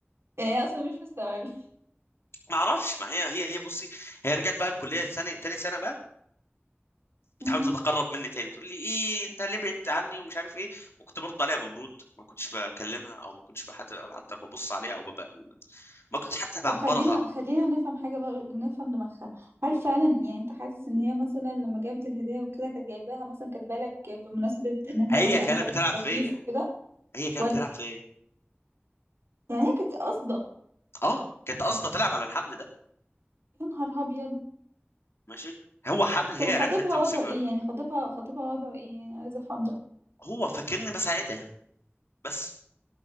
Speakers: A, on the right; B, on the left.
A: يعني هي اصلا مش مستوعبه
B: ما اعرفش ما هي هي هي بصي هي رجعت بقى الكليه الثاني تاني سنه بقى
A: <laughs>
B: بتحاول
A: امم
B: تتقرب مني تاني تقول لي ايه انت ليه بعدت عني ومش عارف ايه وكنت برد عليها ببرود ما كنتش بكلمها او ما كنتش بحد حتى ببص عليها او بب... ما كنتش حتى بعبرها
A: طب خلينا خلينا نفهم حاجه بقى نفهم دماغها هل فعلا يعني انت حاسس ان هي مثلا لما جابت الهديه وكده كانت جايباها مثلا كاتبه لك بمناسبه ان انت
B: هي
A: مثلا
B: كانت
A: شخص
B: بتلعب
A: لطيف
B: فيا
A: وكده
B: هي كانت
A: ولا
B: بتلعب فيا
A: يعني هي كانت قاصده
B: اه كانت قاصده تلعب على الحبل ده
A: يا نهار ابيض
B: ماشي هو حبل هي
A: طب خطيبها
B: عرفت تمسكه
A: وضعه ايه يعني خطيبها خطيبها وضعه ايه يعني عايزه افهم ده
B: هو فاكرني بساعدها بس